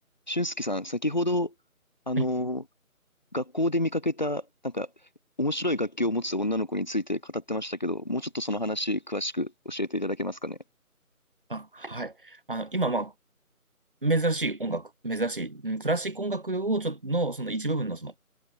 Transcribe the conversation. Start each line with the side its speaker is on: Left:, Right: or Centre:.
Left: 俊介さん、先ほど、あの、
Right: はい。
Left: 学校で見かけた、なんか、面白い楽器を持つ女の子について語ってましたけど、もうちょっとその話、詳しく教えていただけますかね。
Right: あ、はい。あの、今、まあ、珍しい音楽、珍しい、うんクラシック音楽をちょっとの、その一部分の、その、